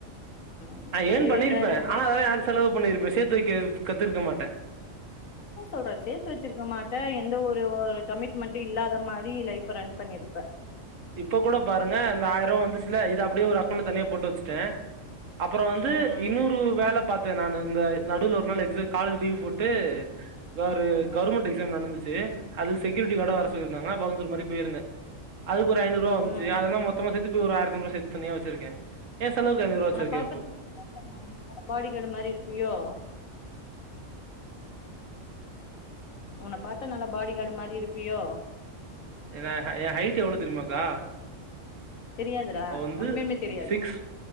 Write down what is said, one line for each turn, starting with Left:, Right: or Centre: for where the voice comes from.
Left: ம்
Right: நா
Left: நீ கொஞ்ச
Right: ஏன் பண்ணிருப்பே
Left: இதா இது பண்ணிட்டு
Right: ஆனா அதலெல்லா எனக்கு செலவு பண்ணிருப்பே சேத்து வைக்க கத்திருக்க மாட்டே
Left: என்ன சொல்ற சேத்து வச்சிருக்க மாட்ட எந்த ஒரு ஒரு கமிட்மெண்ட் இல்லாத மாரி லைஃப் ரன் பண்ணிருப்பே
Right: இப்ப கூட பாருங்க அந்த ஆயிர ரூவா வந்துச்சுல்ல இது அப்டியே ஒரு அக்கவுண்ட்ல தனியா போட்டு வச்சு பே அப்புறோ வந்து
Left: ம் ம்
Right: இன்னொரு வேல பார்த்தே நான் இந்த நடுவுல ஒரு நாள் எக்ஸா காலேஜ் லீவு போட்டு வே ஒரு
Left: ம்
Right: கெவர்மெண்ட் எக்ஸாம் நடந்துச் சு அது செக்யூரிட்டி காடா
Left: ம்
Right: வரசொல்லியிருந்தாங்க பவுன்சர் மாரி பே இருந்த அதுக்கு ஒரு ஐநூறுபா வந்ச்சி
Left: ம் ம்
Right: அதெல்ல மொத்தமா சேத்து இப்ப ஒரு ஆயிரத்திஐநூறு சேத்து தனியா வச்சிருக்கே ஏ செலவுக்கு ஐநூறுவா வச்சிருக்கே
Left: உன பாக்கிறதுக்கு
Right: இப்போ
Left: <inaudible> பாடி கார்டு மாரி இருப்பியோ உன பார்த்தா நல்லா பாடி கார்டு மாரி இருப்பியோ
Right: எ ஹை எ ஹைட் எவ்வளொ தெரியுமாக்கா
Left: தெரியாதுடா
Right: வந்து
Left: உண்மையுமே தெரியாது
Right: சிக்ஸ்